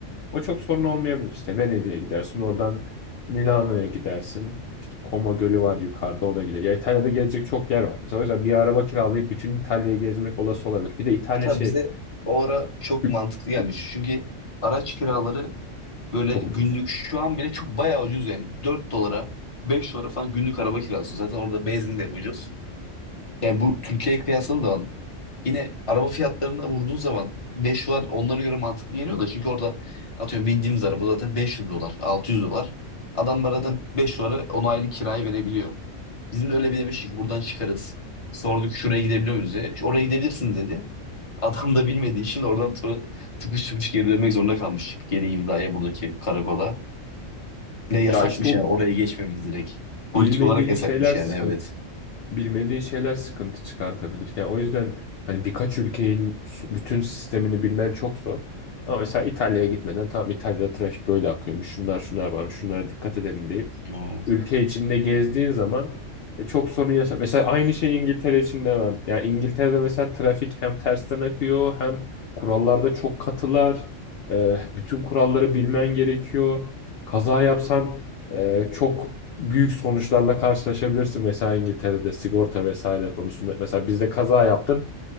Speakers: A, on the left; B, on the left.
A: O çok sorun olmayabilir. İşte Venedik'e gidersin oradan Milano'ya gidersin. İşte Como Gölü var yukarıda ona gider. Ya İtalya'da gezecek çok yer var. Mesela o yüzden bir araba kiralayıp bütün İtalya'yı gezmek olası olabilir. Bir de İtalya
B: Hatta
A: şey
B: bize o ara çok
A: <laughs>
B: mantıklı gelmiş. Çünkü araç kiraları böyle
A: çok
B: günlük
A: ucuz.
B: şu an bile çok bayağı ucuz yani. dört dolara 5 dolara falan günlük araba kiralıyorsun. Zaten orada benzin de ucuz. Yani bu Türkiye'ye kıyasladığın zaman yine araba fiyatlarına vurduğun zaman 5 dolar onlara göre mantıklı geliyor da çünkü orada atıyorum bindiğimiz araba zaten 500 dolar 600 dolar. Adam bana zaten
A: Evet.
B: 5 dolara 10 aylık kirayı verebiliyor. Bizim de öyle bir demiştik buradan çıkarız. Sorduk şuraya gidebiliyor muyuz diye. "İşte Oraya gidebilirsiniz dedi. Adam da bilmediği için oradan sonra tıpış tıpış geri dönmek zorunda kalmıştık. Geri imzaya buradaki karakola. Ne
A: Ya
B: yasakmış
A: işte o
B: ya oraya geçmemiz direkt. Politik
A: bilmediğin
B: olarak yasakmış
A: şeyler
B: yani
A: sıkıntı.
B: evet.
A: bilmediğin şeyler sıkıntı çıkartabilir. Yani o yüzden hani birkaç ülkenin su- bütün sistemini bilmen çok zor. Ama mesela İtalya'ya gitmeden tamam İtalya'da trafik böyle akıyormuş. Şunlar şunlar varmış. Şunlara dikkat edelim deyip
B: Evet,
A: ülke içinde gezdiğin zaman e, çok sorun yaşa. Mesela aynı şey İngiltere için demem. Yani İngiltere'de mesela trafik hem tersten akıyor hem kurallarda çok katılar. E, bütün kuralları bilmen gerekiyor. Kaza yapsan ee, çok büyük sonuçlarla karşılaşabilirsin mesela İngiltere'de sigorta vesaire konusunda. Mesela bizde kaza yaptın,